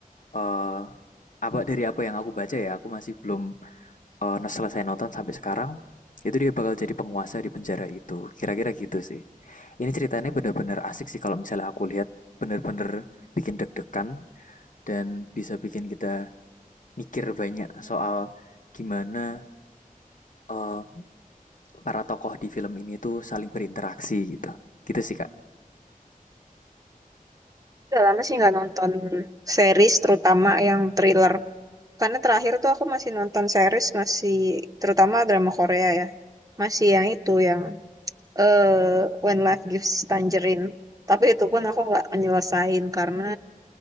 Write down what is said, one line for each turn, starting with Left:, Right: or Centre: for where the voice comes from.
Left: eh, apa dari apa yang aku baca ya, aku masih belum eh, selesai nonton sampai sekarang. Itu dia bakal jadi penguasa di penjara itu. Kira-kira gitu sih. Ini ceritanya benar-benar asik sih kalau misalnya aku lihat benar-benar bikin deg-degan dan bisa bikin kita mikir banyak soal gimana eh, para tokoh di film ini tuh saling berinteraksi gitu. Gitu sih, Kak.
Right: Udah lama sih nggak nonton series terutama yang thriller. Karena terakhir tuh aku masih nonton series masih terutama drama Korea ya. Masih yang itu yang eh When Life Gives Tangerine. Tapi itu pun aku nggak menyelesain karena